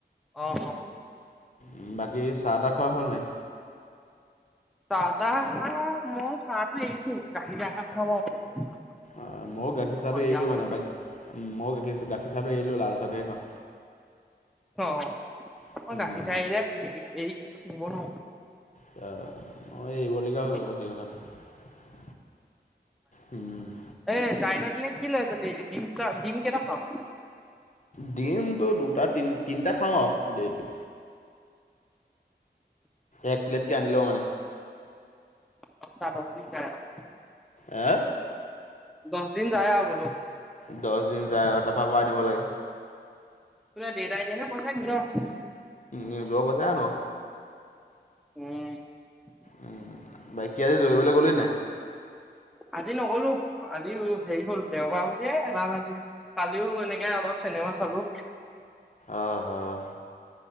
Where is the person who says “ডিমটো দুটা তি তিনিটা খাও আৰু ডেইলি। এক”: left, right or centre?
Left